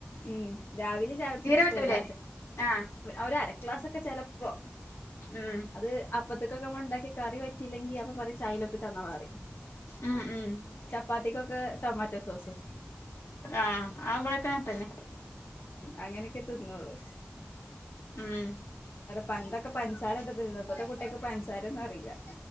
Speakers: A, on the left; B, on the left.
A: ഉം രാവിലും ചായകുട്ച്ച്ണതും ഇഷ്ടല്ല.
B: പറ്റൂലേ ആഹ്
A: ഒര് അര ക്ലാസ്ക്കെ ചെല്പ്പോ
B: ഉം
A: അത് അപ്പത്തിക്കൊക്കെ നമ്മ ഉണ്ടാക്കി കറി പറ്റില്ലെങ്കി അപ്പ പറി ചായലൊപ്പി തന്നള പറി
B: ഉം ഉം
A: ചപ്പാത്തിക്കൊക്കെ ടൊമാറ്റോ സോസും.
B: ആ ആ ഇബാടൊക്കെ അങ്ങനെതന്നെ
A: അങ്ങനൊക്കെ തിന്നോളു.
B: ഉം
A: പണ്ടോക്കെ പഞ്സാര ഇട്ട് ത്തിന്ന് ഇപ്പത്തെ കുട്ടിക്ക് പഞ്സാര ഒനും അറിയില്ല.